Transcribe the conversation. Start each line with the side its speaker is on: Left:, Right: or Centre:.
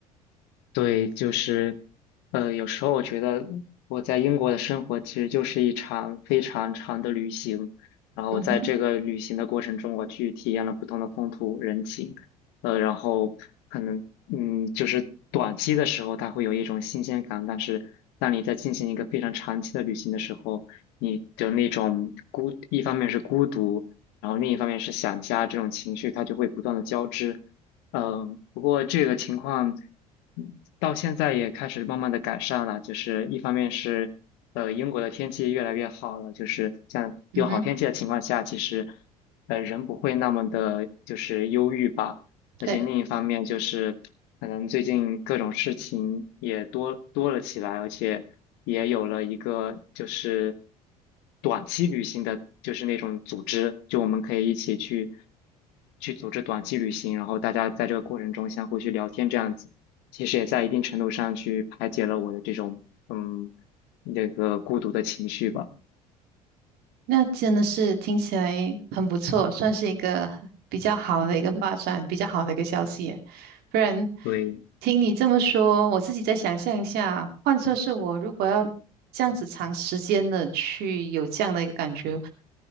Left: 对，就是，呃，有时候我觉得我在英国的生活其实就是一场非常长的旅行，然后我在这个旅行的过程中，
Right: 嗯哼，
Left: 我去体验了不同的风土人情，呃，然后可能，嗯，就是短期的时候它会有一种新鲜感，但是当你在进行一个非常长期的旅行的时候，你的那种孤，一方面是孤独，然后另一方面是想家这种情绪，它就会不断的交织。嗯，不过这个情况嗯到现在也开始慢慢的改善了，就是一方面是呃英国的天气越来越好了，就是像有好天气的情况下，
Right: 嗯哼，
Left: 其实呃人不会那么的就是忧郁吧。而且另一方面就是，
Right: 对。
Left: 可能最近各种事情也多多了起来，而且也有了一个就是短期旅行的，就是那种组织，就我们可以一起去去组织短期旅行，然后大家在这个过程中相互去聊天，这样子，其实也在一定程度上去排解了我的这种嗯那个孤独的情绪吧。
Right: 那真的是听起来很不错，算是一个比较好的一个发展，比较好的一个消息耶不然，
Left: 对。
Right: 听你这么说，我自己再想象一下，换作是我，如果要这样子长时间的去有这样的一个感觉，